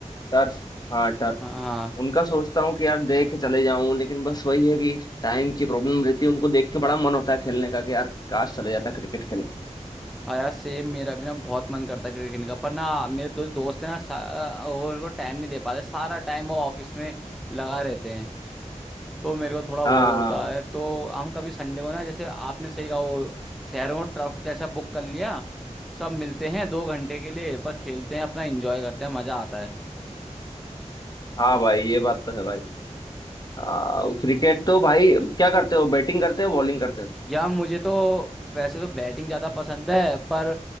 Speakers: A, on the left; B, in the centre.
A: टर्फ हाँ टर्फ
B: हाँ
A: उनका सोचता हूँ कि यार देख के चले जाऊं लेकिन बस वही है कि टाइम की प्रॉब्लम रहती है उनको देख के बड़ा मन होता है खेलने का कि यार काश चले जाता क्रिकेट खेलने
B: हाँ यार सेम मेरा भी ना बहुत मन करता है क्रिकेट खेलने का पर ना मेरे तो दोस्त है ना सा- वो उनको टाइम नहीं दे पाते सारा टाइम वो ऑफिस में लगा रहते हैं तो मेरे को थोड़ा वो
A: हाँ
B: होता
A: हाँ
B: है तो हम कभी संडे को ना जैसे आपने सही कहा वो शहरों में टर्फ जैसा बुक कर लिया सब मिलते हैं दो घंटे के लिए पर खेलते हैं अपना एंजॉय करते हैं मजा आता है
A: हाँ भाई ये बात तो है भाई आ, क्रिकेट तो भाई क्या करते हो बैटिंग करते हो बॉलिंग करते हो
B: या मुझे तो वैसे तो बैटिंग ज्यादा पसंद है पर